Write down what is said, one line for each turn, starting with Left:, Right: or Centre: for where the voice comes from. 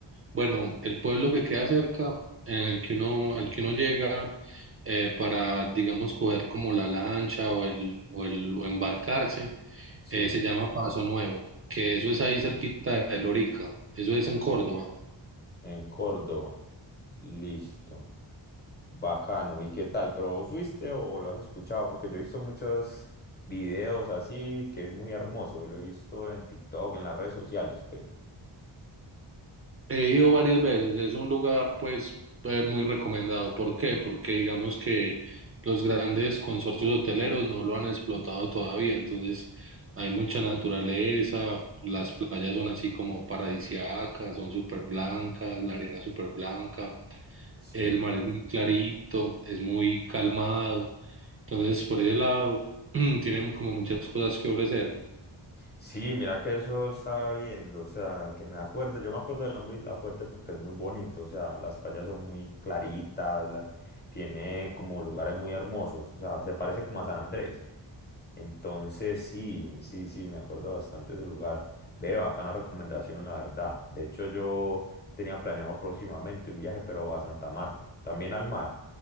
Right: bueno, el pueblo que queda cerca, en el que uno,
Left: Sí.
Right: al que uno llega eh, para, digamos, coger como la lancha o el, o el o embarcarse,
Left: Sí,
Right: eh, se llama Paso Nuevo, que eso es ahí cerquita de Lorica, eso es en Córdoba.
Left: en Córdoba. Listo. Bacano. ¿Y qué tal? ¿Pero vos fuiste o lo has escuchado? Porque yo he visto muchos videos así, que es muy hermoso. Lo he visto en TikTok, en las redes sociales, pues.
Right: He ido varias veces, es un lugar pues eh, muy recomendado. ¿Por qué? Porque digamos que los grandes consorcios hoteleros no lo han explotado todavía, entonces hay mucha naturaleza, las playas son así como paradisíacas, son súper blancas, la arena súper blanca,
Left: Sí.
Right: el mar es muy clarito, es muy calmado, entonces por ese lado <clears throat> tienen como muchas cosas que ofrecer.
Left: Sí, mira que eso estaba viendo, o sea, que me acuerdo, yo me acuerdo del nombre Isla Fuerte porque es muy bonito, o sea, las playas son muy claritas, la- tiene como lugares muy hermosos, o sea, se parece como a San Andrés. Entonces, sí, sí, sí, me acuerdo bastante ese lugar. Ve, bacana recomendación, la verdad. De hecho, yo tenía planeado próximamente un viaje, pero a Santa Marta, también al mar